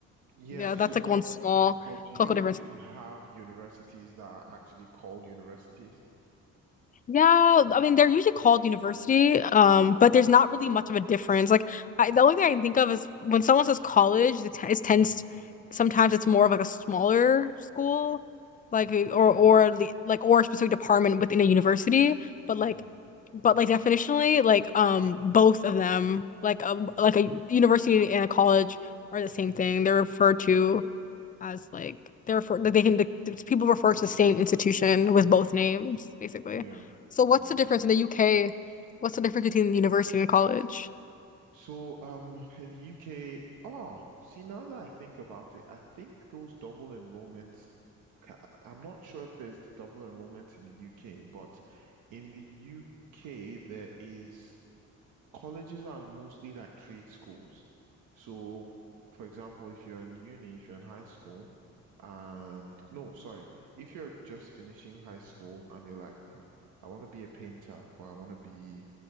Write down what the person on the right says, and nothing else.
Yeah,
so
but
but do you
do you have universities that are actually called universities?
Mm,
okay.
Mm,
mm,
yeah.
Yeah.
So um in the UK, oh, see now that I think about it, I think those double enrollments ca- I'm not sure if there's double enrollment in the UK, but in the UK there is colleges are mostly like trade schools. So, for example, if you're in uni, if you're in high school, and no, sorry, if you're just finishing high school and you're like, hmm, I want to be a painter or I want to be